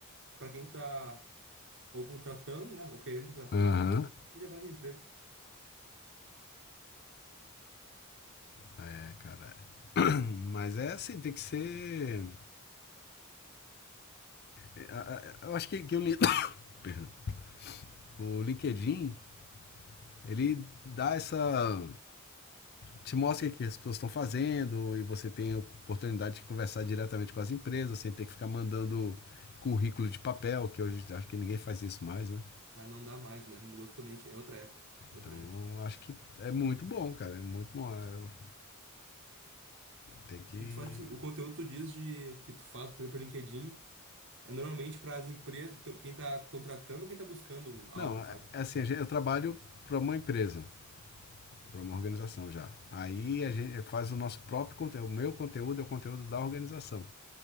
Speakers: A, on the right; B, on the left.
A: para quem tá ou contratando, né? Ou querendo contratar,
B: Aham.
A: ou ir atrás de um emprego.
B: É, cara. <clears throat> Mas é assim, tem que ser. é, a- a- Eu acho que, que o. Lin- <coughs> Perdão. O LinkedIn Ele dá essa. te mostra o que as pessoas estão fazendo e você tem a oportunidade de conversar diretamente com as empresas, sem ter que ficar mandando currículo de papel, que hoje acho que ninguém faz isso mais, né?
A: Ah, não dá mais, né? Mudou totalmente. É outra época. Outra
B: Então
A: época.
B: acho que é muito bom, cara. É muito bom. É, Eu tenho que.
A: E tu faz assim, o conteúdo tu diz de que tu faz, por exemplo, no LinkedIn. É normalmente para as empresas, então, quem tá contratando, quem tá buscando um- algo,
B: Não, é
A: sabe?
B: é assim, eu trabalho para uma empresa, para uma organização já. Aí a gente faz o nosso próprio conteúdo. O meu conteúdo é o conteúdo da organização.